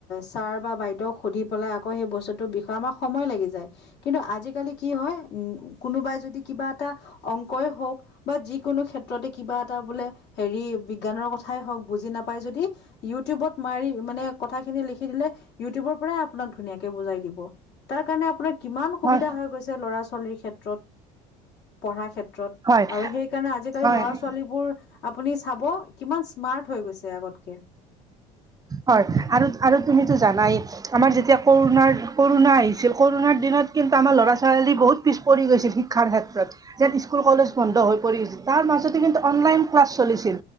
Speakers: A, on the left; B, on the right.
A: ছাৰ বা বাইদেউক সুধি পেলাই আকৌ সেই বস্তুতৰ বিষয়ে আমাক সময় লাগি যায়, কিন্তু আজিকালি কি হয় উম কোনোবাই যদি কিবা এটা অংকই হওঁক বা যিকোনো ক্ষেত্ৰতে কিবা এটা বোলে হেৰি বিজ্ঞানৰ কথাই হওক, বুজি নাপাই যদি ইউটিউবত মাৰি মনে কথা খিনি লিখি দিলে, ইউটিউব বৰ পৰাই আপোনাক ধুনীয়াকে বুজাই দিব, তাৰ কাৰণে আপোনাৰ কিমান সুবিধা
B: হয়
A: হৈ গৈছে ল'ৰা ছোৱালীৰ ক্ষেত্ৰত। পঢ়া ক্ষেত্ৰ
B: হয়
A: আৰু সেই কাৰণে আজিকালি
B: হয়
A: লৰা ছালীবোৰ আপুনি চাব কিমান স্মাৰট হৈ গৈছে। আগতকে।
B: হয় আৰু আৰু তুমিতো জানাই আমাৰ যেতিয়া কৰোণাৰ কৰোণা আহিছিল কৰোণাত দিনত কিন্তু আমাৰ ল'ৰা ছোৱালী বহুত পিছ পৰি গৈছিল শিক্ষাৰ ক্ষেত্ৰত, যেন স্কুল কলেজ বন্ধ হৈ পৰিছিল তাৰ মাজতে কিন্তু অনলাইন ক্লাছ চলিছিল,